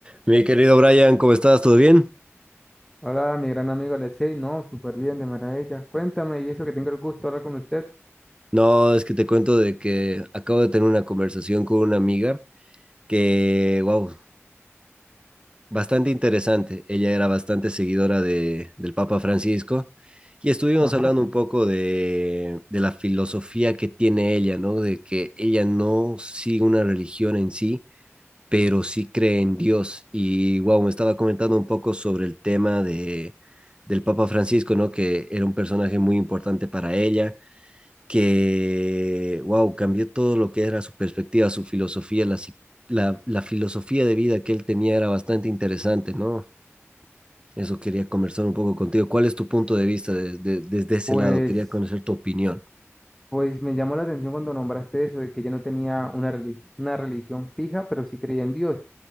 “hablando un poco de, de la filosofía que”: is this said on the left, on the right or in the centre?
Right